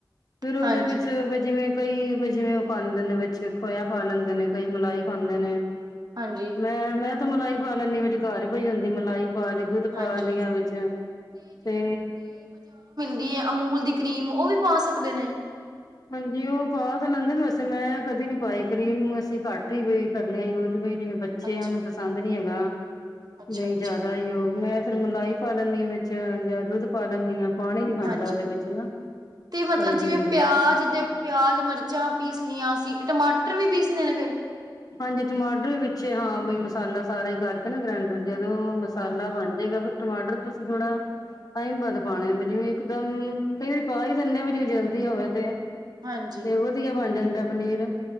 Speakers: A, on the left; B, on the right.
A: ਫਿਰ ਉਹਦੇ
B: ਹਾਂਜੀ
A: ਵਿੱਚ ਵੀ ਜਿਵੇਂ ਕਈ ਵੀ ਜਿਵੇਂ ਉਹ ਪਾਂਦੇ ਨੇ ਵਿੱਚ ਖੋਇਆ ਪਾ ਲੈਂਦੇ ਨੇ ਕਈ ਮਲਾਈ ਪਾਂਦੇ ਨੇ।
B: ਹਾਂਜੀ
A: ਮੈਂ -ਮੈਂ ਤੇ ਮਲਾਈ ਪਾ ਲੈਂਦੀ ਵਿਚ ਘਾਰ ਹੀ ਪਈ ਹੁੰਦੀ ਮਲਾਈ ਪਾਣੀ ਦੁੱਧ
B: ਹਾਂਜੀ
A: ਪਾ ਲਿਆ ਵਿੱਚ ਤੇ
B: ਇ ਅਮੂਲ ਦੀ ਕਰੀਮ ਉਹ ਵੀ ਪਾ ਸਕਦੇ ਨੇ।
A: ਹਾਂਜੀ ਉਹ ਪਾ ਤਾਂ ਲੈਂਦੇ ਨੇ ਵੈਸੇ ਮੈਂ ਕਦੇ ਨੀ ਪਾਈ ਕਰੀਮ ਅਸੀਂ ਘੱਟ ਹੀ ਬਈ ਕਰਨੇ ਆ ਯੂਜ ਬਈ ਜਿਵੇਂ ਬੱਚਿਆ
B: ਅੱਛਾ
A: ਨੂੰ ਪਸੰਦ ਨੀ ਹੈਗਾ।
B: ਅੱਛਾ
A: ਨਹੀਂ
B: ਅੱਛਾ
A: ਜਿਆਦਾ ਈ ਉਹ ਮੈਂ ਫੇਰ ਮਲਾਈ ਪਾ ਲੈਂਦੀ, ਆਂ ਵਿੱਚ ਜਾਂ ਦੁੱਧ ਪਾ ਲੈਂਦੀ ਆਂ। ਪਾਣੀ ਨੀ ਬਣਦਾ
B: ਹਾਂਜੀ
A: ਉਹਦੇ ਵਿੱਚ ਨਾ
B: ਤੇ ਮਤਲਬ
A: ਸ਼ਾਹੀ ਪਨੀਰ
B: ਜਿਵੇਂ ਪਿਆਜ
A: 'ਚ
B: ਦੇ ਪਿਆਜ ਮਿਰਚਾਂ ਪੀਸ ਲਈਆਂ ਸੀ ਟਮਾਟਰ ਵੀ ਪੀਸਨੇ ਨੇ ਫੇਰ
A: ਹਾਂਜੀ ਟਮਾਟਰ ਵੀ ਵਿੱਚੇ ਹਾਂ ਬ ਮਸਾਲਾ ਸਾਰਾ ਹੀ ਕਰਕੇ ਨਾ ਗ੍ਰੈਂਡਰ ਜਦੋਂ ਮਸਾਲਾ
B: ਹਾਂਜੀ।
A: ਬਣ ਜਾਏਗਾ ਫਿਰ ਟਮਾਟਰ ਤੁਸੀਂ ਥੋੜਾ ਟਾਈਮ ਵੱਧ ਪਾਉਣੇ ਜਿਵੇਂ ਇਕਦਮ ਕਈ ਵਾਰੀ ਪਾ ਹੀ ਦਿੰਦੇ ਹ ਵੀ ਜਿਵੇਂ ਜਲਦੀ ਹੋਵੇ ਤੇ
B: ਹਾਂਜੀ,
A: ਤੇ ਵਧੀਆ ਬਣ ਜਾਂਦਾ ਪਨੀਰ